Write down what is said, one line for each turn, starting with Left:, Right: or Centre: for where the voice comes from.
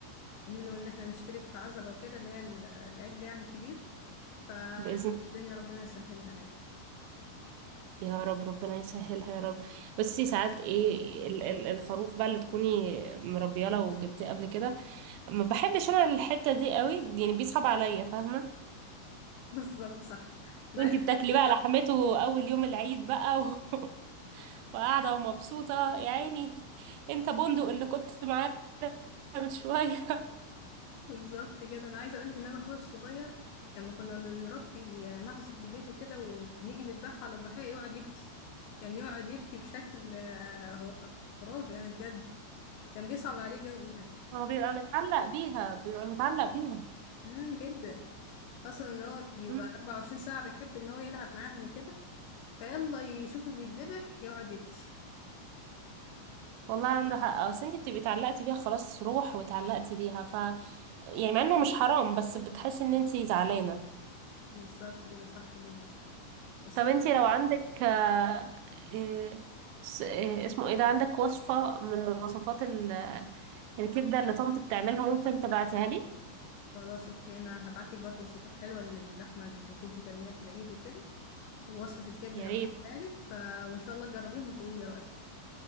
Left: اننا ان احنا نشترك في عزبه وكده اللي هي ال- العجل يعني كبير فالدنيا
Right: بإذن
Left: ربنا يسهلها يعني
Right: يا رب ربنا يسهلها يا رب بس ساعات ايه ال- ال- الخروف بقى اللي تكوني مربياه لو جبتيه قبل كده ما بحبش انا الحتة دي قوي يعني بيصعب عليا فاهمة
Left: بالظبط صح انا
Right: وانتي
Left: عايزه
Right: بتاكلي بقى لحمته اول يوم العيد بقى و... <laughs> وقاعدة ومبسوطة يا عيني انت بندق اللي كنت معانا
Left: <laughs>
Right: من شوية
Left: بالظبط كده انا عايزه اقولك ان انا اخويا الصغير لما كنا بنربي معزه في البيت وكده ونيجي نذبحه على الضحيه يقعد يبكي يعني يقعد يبكي بشكل آه، خرافي يعني بجد كان بيصعب عليه قوي يعني
Right: هو بيبقى متعلق بيها بيبقى متعلق بيها
Left: امم جدا خاصه ان هو بيبقى
Right: مم.
Left: 24 ساعه بيحب ان هو يلعب معاهم وكده فيلا يشوفه بيتذبح يقعد يبكي
Right: والله عنده حق اصل انت بتبقي اتعلقتي بيها خلاص روح واتعلقتي بيها ف يعني مع انه مش حرام بس بتحسي ان انت زعلانه
Left: بالظبط كده صح جدا بس
Right: طب
Left: انا
Right: انت لو عندك آه، إيه، س- إيه، اسمه ايه ده عندك وصفه من وصفات ال- الكبده اللي طنط بتعملها ممكن تبعتيها لي
Left: خلاص اوكي انا هبعتلك برضو وصفات حلوه للحمه انك انت تعمليها في العيد وكده ووصفة الكبدة
Right: يا
Left: هبعتها
Right: ريت
Left: لك ف... وإن شاء الله تجربيهم وتقولي لي رأيك